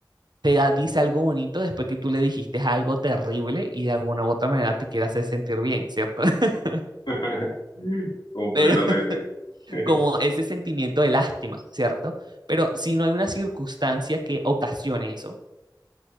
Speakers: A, on the right; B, on the left.
A: te da, dice algo bonito después que tú le dijiste algo terrible y de alguna u otra manera te quiere hacer sentir bien, ¿cierto? <laughs>
B: <laughs> Completamente.
A: Pero
B: <laughs>
A: como ese sentimiento de lástima, ¿cierto? Pero si no hay una circunstancia que ocasione eso